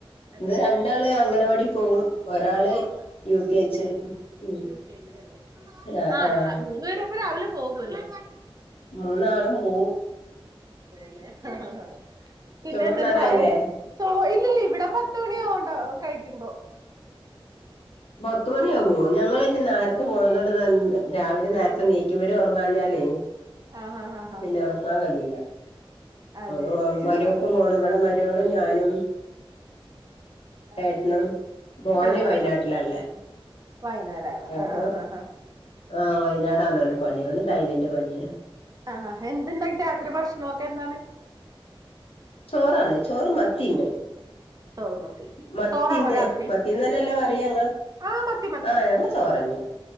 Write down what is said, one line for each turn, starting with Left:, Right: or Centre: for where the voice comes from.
Right: അതെ
Left: ഇത്
Right: അതെ
Left: രണ്ടാള്
Right: അതെ
Left: അംഗനവാടി പോകവും ഒരാള്
Right: പോന്ന
Left: യു കെച്ച് ഉ
Right: യു കെ ജിലല്ലേ
Left: അ
Right: ആ
Left: ആഹ്
Right: മൂന്നു പേരപ്പ രാവിലെ പോകല്ലേ
Left: മൂന്നാളം പോ
Right: ല്ല ആഹ് പിന്നെ
Left: ചോറുണ്ണാനായില്ലേ
Right: എണ്ട് വായ സോ ഇല്ലല്ല ഇവിടെ പത്തുമണിയാവണ്ടോ കഴിക്കുമ്പോ
Left: പത്ത മണിയാ പോ ഞങ്ങന്
Right: ആഹ്
Left: നേരത്തെ പോണതോണ്ട് ത രാവിലെ നേരത്തെ നീക്കിവരും ഉറങ്ങാഞ്ഞാലേ
Right: ആഹ് ആഹ് ആഹ്
Left: പിന്നെ വറക്കാൻ കഴിയൂല്ല
Right: അതെല്ലേ
Left: ഉ മരൊക്കും
Right: ആഹ്
Left: പോണം ഇവിടെ മരകോളും ഞാനും
Right: അതല്ലേ
Left: ഏട്ടന മോനെ
Right: ആഹ്
Left: വയനാട്ടിലല്ല
Right: ആഹ് ആഹ് വയനാടാണ്
Left: അപ്പ
Right: ആഹ് ആഹ് ആഹ്
Left: ആഹ് വയനാടന്ന
Right: ആഹ്
Left: പണിയ തൈ്ലൻ് പണിയ
Right: ആഹാ എന്തുണ്ടേ രാത്രി ഭക്ഷണൊക്കെ എന്താണ്
Left: ചോറാണ് ചോറ് മത്തിണ്ട്
Right: ചോറും മത്തിയും
Left: മത്തിൻ്റെ
Right: ചോറാണോ രാത്രി
Left: മത്തിന്നല്ലെ പറയ ങ്ങൾ
Right: ആഹ് മത്തി മത്തി
Left: ആഹ്
Right: മത്തി
Left: ഞങ്ങ ചോറഞ്ഞേ